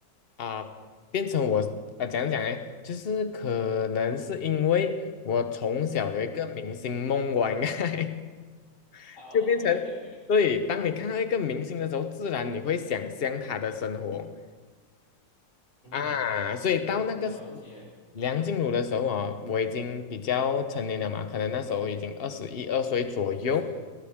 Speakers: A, on the left; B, on the left.
A: 啊、变成我啊、呃讲讲哎，就是可能是因为我从小有一个明星梦吧，
B: 嗯哼，
A: 应该 <laughs>
B: 好，OK
A: 就变成对，
B: OK，
A: 当你看到一个明星的时候，自然你会想象他的生活，
B: 嗯哼，
A: 啊，所以到那个时候，
B: 了解，
A: 梁静茹的时候啊，我已经比较成年了嘛，可能那时候已经二十一二岁左右。
B: 就是，